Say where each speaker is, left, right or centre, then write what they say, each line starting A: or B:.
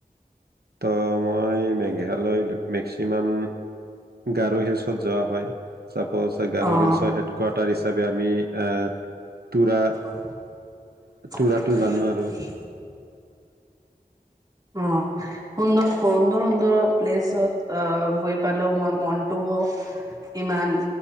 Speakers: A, on the right; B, on the right.
A: ত' মই মেঘালয় মেক্সিমাম গাৰো হিলছত যোৱা হয়। চাপজ গাৰো
B: অ',
A: হিলছৰ হেড কোৱাৰ্টাৰ হিচাপে আমি আ, তুৰা
B: <unintelligible>
A: তুৰাটো জানো আৰু।
B: অ', সুন্দৰ-সুন্দৰ-সুন্দৰ প্লেচত আহ, গৈ পালেওঁ মোৰ মনটো ইমান